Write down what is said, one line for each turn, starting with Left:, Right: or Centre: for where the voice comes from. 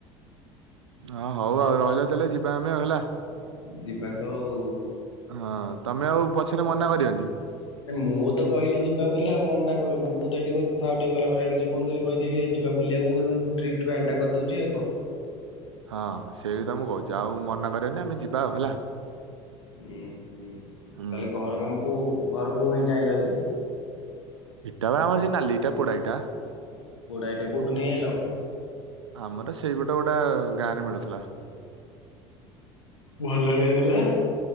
Right: ହଁ ହଉ ଆଉ ରହିଲା ତାହେଲେ ଯିବା ଆମେ ହେଲା।
Left: ଯିବା ତ ଆଉ।
Right: ହଁ ତମେ ଆଉ ପଛରେ ମନା କରିବନି।
Left: ଏ ମୁଁ ତ କହିଲି ଯିବା ବୋଲି ଆଉ ମନା କରି ମୁଁ ତ ଏଇଠି କହିଲି ଆଉ ଟିକେ ଗଲା ପରେ ରାଗିକି ଫୋନ କରିକି କହିଦେବି ଏଇ ଜି ଯିବା ବୁଲିବାକୁ ମୁଁ କହିଲି ଟ୍ରିପ ପ୍ଲାନଟା କରିଦଉଛି ଆଉ କଣ?
Right: ହଁ ସେଇ କଥା ମୁଁ କହୁଛି ଆଉ ମନା କରିବନି ଆମେ ଯିବା ଆଉ ହେଲା।
Left: ହୁଁ ହୁଁ
Right: ହୁଁ।
Left: ତାହଲେ ଘର କାମ କୋଉ ଘର କୋଉ ଇଟା ଆଇଁଲ ଯେ?
Right: ଇଟାବେଳେ ଆମର ସେ ନାଲିଇଟା ପୋଡାଇଟା।
Left: ପୋଡା ଇଟା କଉଠୁ ନେଇ ଆଇଲ?
Right: ଆମର ସେଇପଟ ଗୋଟେ ଗାଁ ରେ ମିଳୁଥିଲା।
Left: ଭଲ ହେଇଲା।